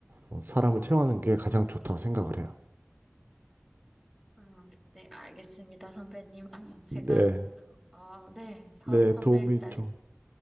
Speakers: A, on the right; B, in the centre.
A: 어, 사람을 채용하는 게 가장 좋다 생각을 해요.
B: 음, 네, 알겠습니다, 선배님. 아, 제가
A: 네,
B: 좀, 아, 네, 사업
A: 네,
B: 선배이자,
A: 도움이 좀.